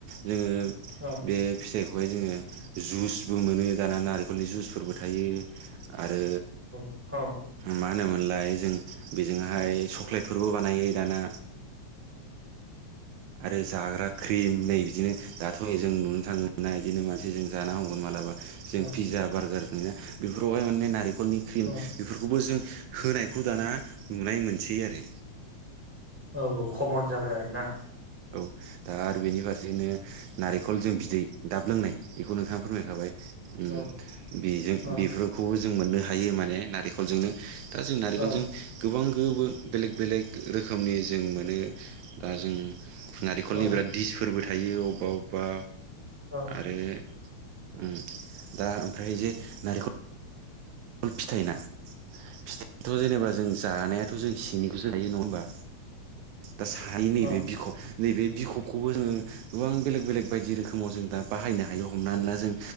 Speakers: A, on the right; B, in the centre.
A: जोङो
B: औ
A: बे एखौहाय जोङो जुसबो मोनो दाना नारखलनि जुसफोरबो थायो आरो
B: औ औ
A: मा होनोमोनलाय जों बेजोंहाय चक्लेट फरबो बानायो दाना आरो जाग्रा क्रिम नै बिदिनो दाथ' जों नुनो थाङो ना बिदिनो मानसि जों जाना हमगोन मालाबायक्षक्श जों
B: औ
A: पिज्जा बार्गार <unintelligible> बेफोरावहाय माने नारेंखलनि क्रिम
B: औ
A: बेफोरखौबो जों होनायखौ दाना नुनाय मोनसै आरो
B: औ औ खमन जाबाय आरोना
A: औ द आरो बे बेनि फारसेनो नारेंखल जों बिदै दाब लोंनाय बेखौ नोंथाङा फोरमायखाबाय उम
B: औ
A: बेजों
B: औ
A: बेफोरखौबो जों मोननो हायो माने नारिखलजोंनो। दा जों नारिखलजों
B: औ
A: गोबां गो बो बेलेक बेलेग रोखोमनि जों मोनो दा जों नारिखलनि
B: औ
A: बिराद डिसफोरबो थायो अबबा अबबा
B: औ
A: आरो ओ ओमफ्राय जे नारिख ल फिथाइना फिथाइथ' जेनेबा जों जानाया थ' जों सिंनिखौसो जायो नङा होमबा दा सायो
B: औ
A: नैबे बिख' नैबे बिखबखौबो जोङो गोबां बेलेग बेलेग बायदि रोखोमाव जों दा बाहायनो हायो हमना ला जों